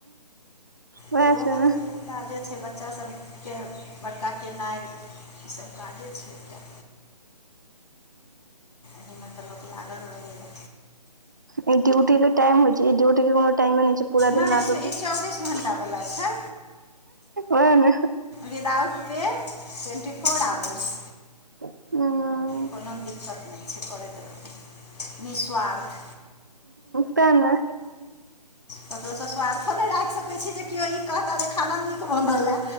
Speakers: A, on the right; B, on the left.
A: वएह
B: तऽ ओहो
A: छै ने
B: तऽ एगो काजे छै बच्चा सब के बड़का केनाय ई सब काजे छै त। एहिमे तऽ लोक लागल रहै यै।
A: उ ड्यूटी के टाईम होय छै, ई ड्यूटी के कोनो टाईमे नै छै पूरा
B: नहि
A: दिन लागल
B: छै ई
A: रह
B: चौबीस घण्टावला छै
A: वैह नै
B: without pay twenty four hours
A: उम्म
B: कोनो दिक्कत नै छै करैत रहू। निःस्वार्थ
A: तै नै।
B: केकरो से स्वार्थो नै राएख सकै छीयै जे कियो ई कहता जेे खाना नीक बनल ऐ।